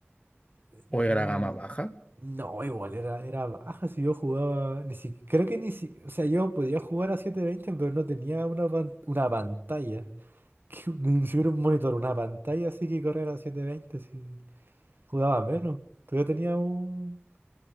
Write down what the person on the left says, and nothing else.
¿O era gama baja?